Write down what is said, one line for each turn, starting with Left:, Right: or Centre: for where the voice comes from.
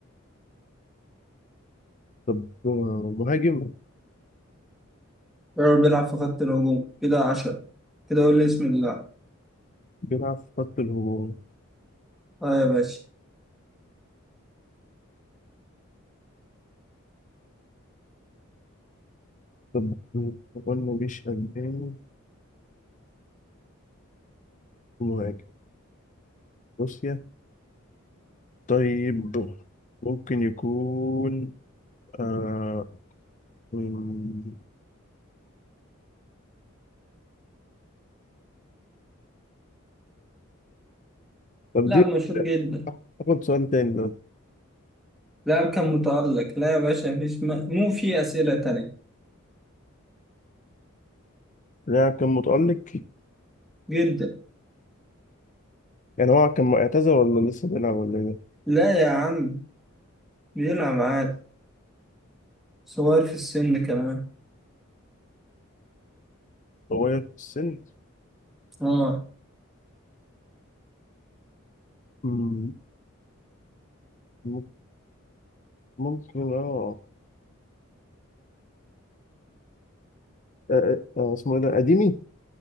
Left: طب آه، مهاجم
Centre: بيراميدز بيلعب في خط الهجوم كده عشرة كده قول لي اسم اللاعب
Left: بيلعب في خط الهجوم
Centre: اه يا باشا
Left: طب آه، قلنا مش ألماني ومهاجم بص طيب ممكن يكون آه... مم، طب
Centre: لاعب
Left: دي
Centre: مشهور جدا
Left: آخد سؤال تاني ده
Centre: لاعب كان متألق لا يا باشا مفيش م... مو في أسئلة تانية
Left: لا كان متألق
Centre: جدا
Left: يعني هو كان معتزل ولا لسه بيلعب ولا ايه؟
Centre: لا يا عم بيلعب عادي صغير في السن كمان
Left: صغير في السن؟
Centre: اه
Left: مم، ممكن ممكن اه آه، آه، آه، اسمه ايه ده قديمي؟